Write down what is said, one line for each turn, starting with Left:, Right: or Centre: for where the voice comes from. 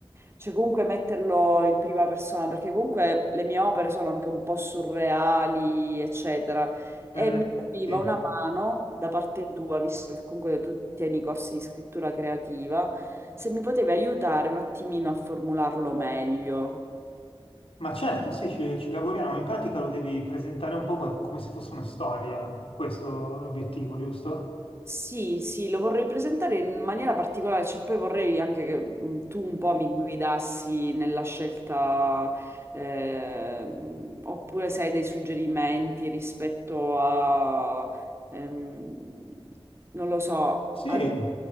Right: cioè comunque metterlo in prima persona, perché comunque le mie opere sono anche un po' surreali, eccetera. E
Left: Mm,
Right: mi serviva
Left: sì.
Right: una mano da parte tua, visto che comunque tu tieni corsi di scrittura creativa, se mi potevi aiutare un attimino a formularlo meglio.
Left: Ma certo, sì, ci, ci lavoriamo. In pratica lo devi presentare un po' co- come se fosse una storia. È questo l'obiettivo, giusto?
Right: Sì, sì, lo vorrei presentare in maniera particolare, cioè poi vorrei anche che mh, tu un po' mi guidassi nella scelta, ehm, oppure se hai dei suggerimenti rispetto a, ehm, non lo so,
Left: Sì,
Right: a,